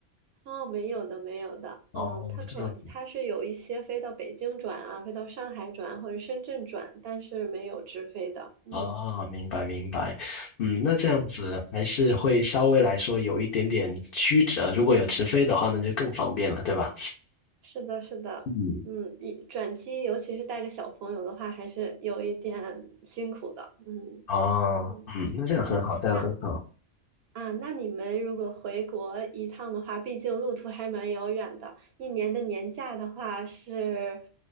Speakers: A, on the right; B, on the left.
A: 哦，没有的，没有的，
B: 哦，
A: 嗯，它可它是有一些飞到北京转啊，
B: 这样子。
A: 飞到上海转或者深圳转，但是没有直飞的，嗯，
B: 哦，明白明白，嗯，那这样子还是会稍微来说有一点点曲折，
A: 对，
B: 如果有直飞的话，那就更方便了，对吧？
A: 是的，是的，
B: 嗯，
A: 嗯，一转机尤其是带着小朋友的话，还是有一点辛苦的，嗯
B: 哦，
A: 嗯
B: 嗯，那这样很好，
A: 嗯，
B: 这样很好。
A: 那啊，那你们如果回国一趟的话，毕竟路途还蛮遥远的，一年的年假的话是